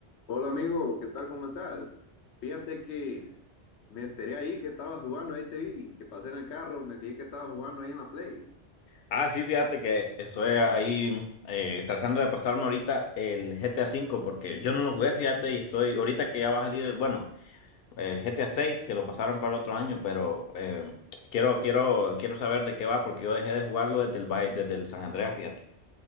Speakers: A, on the left; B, on the left.
A: Hola amigo, ¿qué tal? ¿Cómo estás? Fíjate que me enteré ahí que estabas jugando, ahí te vi, que pasé en el carro, me fijé que estabas jugando ahí en la Play.
B: Ah, sí, fíjate que estoy ahí eh, tratando de pasarme ahorita el GTA V porque yo no lo jugué, fíjate, y estoy ahorita que ya va a salir el, bueno, el GTA VI que lo pasaron para el otro año, pero eh, quiero, quiero, quiero saber de qué va porque yo dejé de jugarlo desde el, Vice- desde el San Andreas, fíjate.